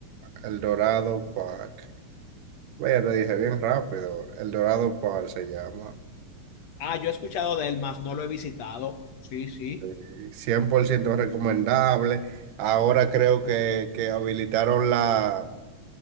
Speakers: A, on the right (about 85°); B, on the left (about 65°).
A: el Dorado Park. Vaya, te dije bien rápido. El Dorado Par se llama.
B: ah, yo he escuchado de él, más no lo he visitado. Sí, sí.
A: Este, 100% recomendable. Ahora creo que, que habilitaron la,